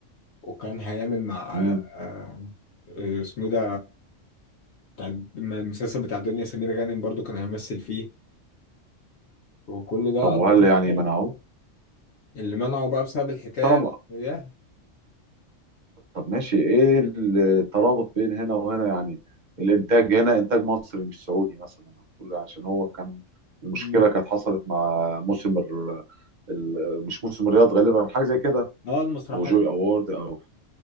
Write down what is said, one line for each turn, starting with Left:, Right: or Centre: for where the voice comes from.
Left: وكان هيعمل مع
Right: مم.
Left: آه، آه، اسمه إيه ده بتاع المسلسل بتاع دنيا سمير غانم برضو كان هيمثل فيه وكل ده
Right: طب
Left: أدوار
Right: وهل يعني
Left: مشتركة
Right: منعوه؟
Left: اللي منعه بقى بسبب الحكاية
Right: بس أنا م-
Left: ياه
Right: طب ماشي إيه الترابط بين هنا وهنا يعني الإنتاج هنا إنتاج مصري مش سعودي مثلا هنقول عشان هو كان المشكلة
Left: م-
Right: كانت حصلت مع موسم ال... ال- مش موسم الرياض غالبا حاجة زي كده
Left: اه المسرحية
Right: أو جوي أوورد أو